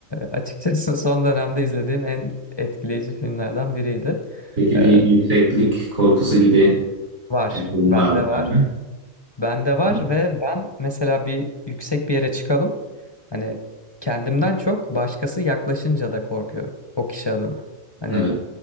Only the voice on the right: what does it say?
Peki
bir yükseklik korkusu gibi
Bilgin
var mı
sende?
Hı?
Evet.